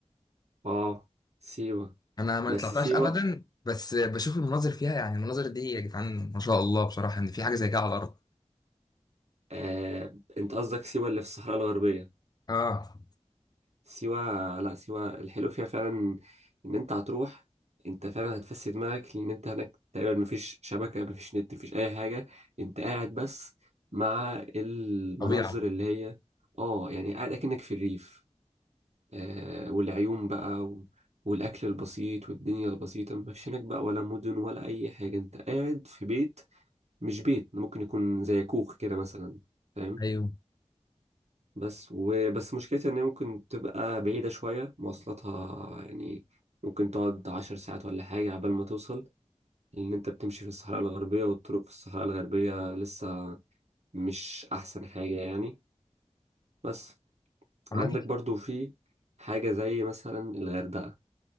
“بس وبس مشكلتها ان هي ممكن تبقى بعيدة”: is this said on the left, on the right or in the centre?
Right